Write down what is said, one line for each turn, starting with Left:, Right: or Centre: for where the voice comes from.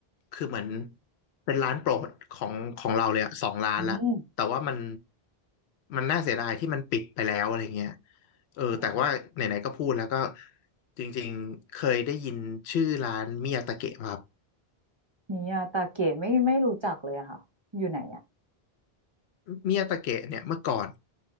Left: คือเหมือนเป็นร้านโปรดของของเราเลยอะสองร้านละแต่ว่ามัน
Right: อืม
Left: มันน่าเสียดายที่มันปิดไปแล้วอะไรเงี้ยเออแต่ว่าไหนๆก็พูดแล้วก็
Right: โห
Left: จริงๆเคยได้ยินชื่อร้านมิยาตะเกะครับ
Right: มิยาตาเกะไม่ไม่รู้จักเลยอะค่ะ อยู่ไหนอะ
Left: มิยาตะเกะเนี่ยเมื่อก่อน